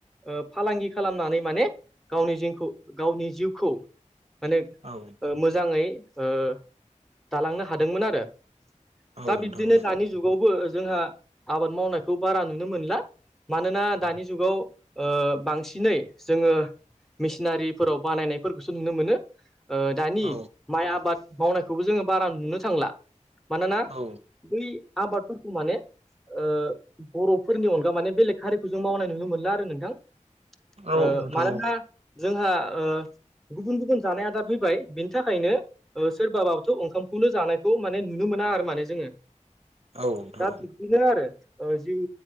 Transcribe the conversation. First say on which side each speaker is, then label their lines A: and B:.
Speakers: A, in the centre; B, on the right.
A: ओ फालांगि खालामनानै माने गावनि जिंखौ गावनि जिउखौ माने
B: औ
A: ओ मोजांङै ओ दालांनो हादोंमोन आरो
B: औ
A: दा बिब्दिनो
B: नोंथां
A: दानि जुग बावबो जोंहा आबाद मावनायखौ बारा नुनो मोनला। मानोना दानि जुगाव ओ बांसिनै जोङो मेसिनारिफोराव बानायनायफोरखौसो नुनो मोनो। ओ दानि
B: औ
A: माइ आबाद मावनायखौबो जोङो बारा नुनो थांला मानोना
B: औ।
A: बै आबादफोरखौ माने ओ बर'फोरनि अनगा माने बेलेग हारिखौ जों मावनाय नुनो मोनला आरो नोंथां।
B: नोंथां
A: ओ मानोना
B: औ
A: जोंहा ओ गुबुन गुबुन जानाय आ आ फैबाय बिनि थाखायनो ओ सोरबाबाबोथ' ओंखामखौनो जानायखौ माने नुनो मोना आरो माने जोङो
B: औ नोंथां
A: दा
B: औ
A: बिदिनो आरो जिउ